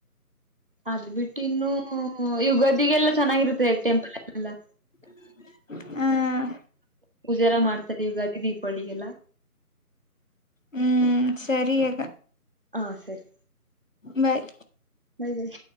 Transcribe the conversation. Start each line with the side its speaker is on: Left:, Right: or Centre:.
Right: ಅದು ಬಿಟ್ಟು ಇನ್ನೂ ಯುಗಾದಿಗೆಲ್ಲ ಚೆನ್ನಾಗಿರುತ್ತೆ ಎಲ್ಲಾ
Left: ಹ್ಮ್ ಅ
Right: ಪೂಜಾರ ಮಾಡ್ತರಿ ಉಗಾದಿ ದೀಪಾವಳಿಗೆಲ್ಲ
Left: ಹ್ಮ್ ಸರಿ ಅಗ
Right: ಆ ಸರಿ
Left: ಬಾಯ್
Right: ಬಾಯ್ ಬಾಯ್